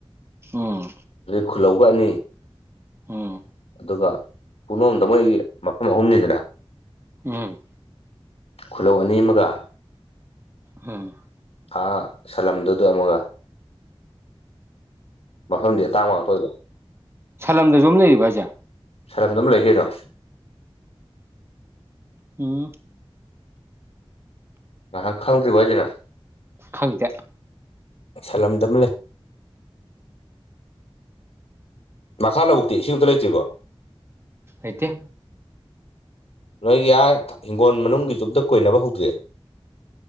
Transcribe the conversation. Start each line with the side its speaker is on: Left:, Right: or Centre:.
Right: ꯑꯣ
Left: ꯈꯨꯜꯂꯧꯒꯅꯤ
Right: ꯎꯝ
Left: ꯑꯗꯨꯒ ꯄꯂꯣꯝꯗ ꯃꯣꯏꯒꯤ ꯃꯐꯝ ꯑꯍꯨꯝꯅꯤꯗꯅ
Right: ꯎꯝ
Left: ꯈꯨꯂꯧ ꯑꯅꯤ ꯑꯃꯒ
Right: ꯎꯝ
Left: ꯑꯥ ꯁꯂꯝꯗꯨꯗꯣ ꯑꯃꯒ ꯃꯐꯝꯗꯤ ꯑꯇꯥꯡꯕꯥꯛꯄꯣꯏꯕ
Right: ꯁꯂꯝꯗꯁꯨꯣꯝ ꯂꯩꯔꯤꯕꯖꯦ
Left: ꯁꯔꯕꯗꯝ ꯂꯩꯒꯦꯔꯁꯤꯦ
Right: ꯎꯝ
Left: ꯉꯥꯏꯍꯥꯛ ꯈꯪꯗ꯭ꯔꯤꯕꯚ ꯍꯥꯏꯖꯔ
Right: ꯈꯪꯗꯦ
Left: ꯁꯥꯂꯝꯗꯝꯝ ꯂꯩ ꯃꯈꯥ ꯂꯧꯕꯨꯛꯇꯤ ꯏꯁꯤꯡ ꯑ ꯑꯃꯨꯛꯇ ꯂꯩꯇ꯭ꯔꯤꯕꯣ
Right: ꯑꯇ
Left: ꯅꯣꯏꯒꯤ ꯌꯥꯔ ꯍꯤꯡꯒꯣꯜ ꯃꯅꯨꯡꯒꯤ ꯆꯨꯞꯇ ꯀꯣꯏꯅꯕ ꯍꯧꯗ꯭ꯑꯦ